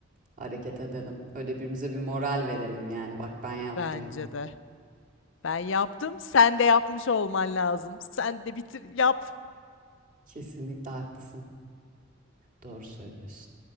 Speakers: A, on the right; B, on the left.
A: hareket edelim. Öyle birbirimize bir moral verelim yani. Bak ben yaptım.
B: Bence de. Ben yaptım. Sen de yapmış olman lazım. Sen de bitir yap.
A: Kesinlikle haklısın. Doğru söylüyorsun.